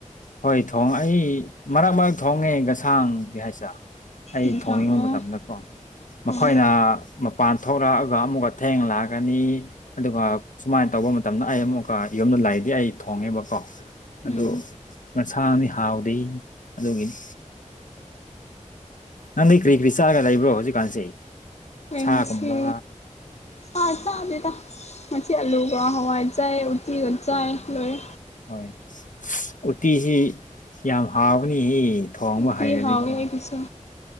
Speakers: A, on the left; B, on the left.
A: ꯍꯣꯏ ꯊꯣꯡ ꯑꯩ ꯃꯔꯛ ꯃꯔꯛ ꯊꯣꯡꯉꯦ ꯉꯁꯥꯡꯒꯤ ꯍꯥꯏꯁꯔ ꯑꯩ
B: ꯏꯟꯁꯥꯡ
A: ꯊꯣꯡꯅꯤꯡꯕ
B: ꯑꯣ
A: ꯃꯇꯝꯗꯀꯣ
B: ꯑꯣ
A: ꯃꯈꯣꯏꯅ ꯃꯄꯥꯟ ꯊꯣꯛꯂꯛꯑꯒ ꯑꯃꯨꯛꯀ ꯊꯦꯡ ꯂꯥꯛꯑꯒꯅꯤ ꯑꯗꯨꯒ ꯁꯨꯃꯥꯏꯅ ꯇꯧꯕ ꯃꯇꯝꯗ ꯑꯩ ꯑꯃꯨꯛꯀ ꯌꯨꯝꯗ ꯂꯥꯛꯗꯤ ꯑꯩ ꯊꯣꯡꯉꯦꯕꯀꯣ ꯑꯗꯨ
B: ꯎꯝ
A: ꯃꯁꯥꯗꯤ ꯍꯥꯎꯗꯤꯅꯤ ꯑꯗꯨꯒꯤꯅꯤ ꯅꯪꯗꯤ ꯀ꯭ꯔꯤ ꯀ꯭ꯔꯤ ꯆꯥꯒ ꯂꯩꯕ꯭ꯔꯣ ꯍꯧꯖꯤꯛꯀꯥꯟꯁꯦ
B: ꯑꯩ
A: ꯆꯥꯒꯨꯝꯝꯕ
B: ꯉꯁꯤ ꯑꯥ ꯆꯗꯦꯗ ꯃꯆ ꯑꯜꯂꯨꯒ ꯍꯋꯥ ꯆꯦ ꯎꯇꯤꯒ ꯆ ꯂꯣꯋꯦ
A: ꯍꯣꯏ ꯎꯇꯤꯁꯤ ꯌꯥꯝ ꯍꯥꯎꯕꯅꯤꯍ ꯊꯣꯡꯕ
B: ꯎꯇꯤ
A: ꯍꯩꯔꯗꯤ
B: ꯍꯥꯎꯋꯦ
A: ꯀꯣ
B: ꯑꯩꯒꯤꯁꯨ